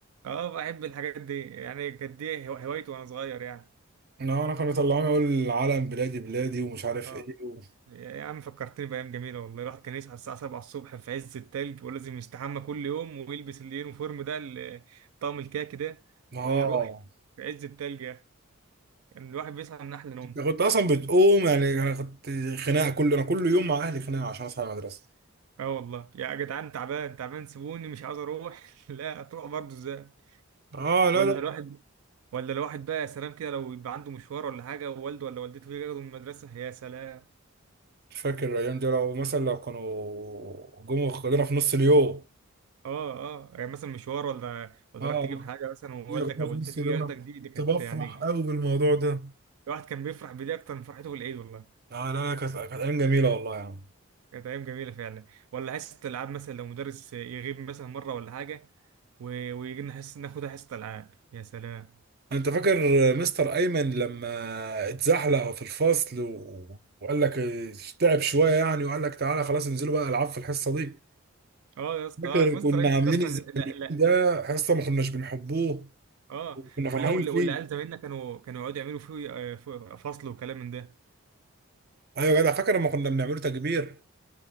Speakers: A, on the right; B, on the right.
A: اه بحب الحاجات دي يعني كانت دي هو- هوايتي وانا صغير يعني
B: اه انا كانوا يطلعوني اقول العلم بلادي بلادي ومش عارف
A: اه
B: ايه و...
A: يا عم فكرتني بأيام جميلة والله الواحد كان يصحى الساعة 7 الصبح في عز التلج ولازم يستحمى كل يوم ويلبس اليونيفورم ده ال- طقم الكاكي ده
B: اه
A: ويروح في عز التلج يا أخي يعني الواحد بيصحى من أحلى نوم
B: أنا كنت اصلا بتقوم يعني انا كنت خناقه كل انا كل يوم مع اهلي خناقه عشان اصحى المدرسه
A: اه والله يا جدعان تعبان تعبان سيبوني مش عاوز أروح <laughs> لا هتروح برضه إزاي
B: اه لا
A: ولا
B: لا
A: الواحد ولا الواحد بقى يا سلام كده لو يبقى عنده مشوار ولا حاجة ووالده ولا والدته يجي ياخده من المدرسة يا سلام
B: مش فاكر الايام دي لو مثلا لو كانوا جم خدونا في نص اليوم
A: اه اه يعني مثلا مشوار ولا ولا
B: اه
A: راح تجيب حاجة مثلا ووالدك
B: ياخدونا
A: أو
B: في
A: والدتك
B: نص
A: يجي
B: اليوم
A: ياخدك
B: انا كنت
A: دي دي كانت
B: بفرح
A: يعني
B: قوي بالموضوع ده
A: الواحد كان بيفرح بدي اكتر من فرحته بالعيد والله
B: لا لا لا كانت كانت ايام جميله والله يا عم
A: كانت ايام جميله فعلا ولا حصه العاب مثلا لو مدرس يغيب مثلا مره ولا حاجه و... ويجي لنا حصه ناخدها حصه العاب يا سلام
B: انت فاكر مستر ايمن لما اتزحلق في الفصل و... وقال لك تعب شويه يعني وقال لك تعالى خلاص انزلوا بقى العاب في الحصه دي
A: اه يا اسطى
B: فاكر
A: آه، المستر
B: كنا
A: ايمن
B: عاملين
A: ده اصلا
B: ازاي
A: لا لا
B: ده حصه ما كناش بنحبوه
A: اه
B: كنا فرحانين
A: ولا ولا-
B: فيه
A: والعيال زمايلنا كانوا كانوا يقعدوا يعملوا فيه آه، فيه فصل وكلام من ده
B: ايوه يا جدع فاكر لما كنا بنعمله تكبير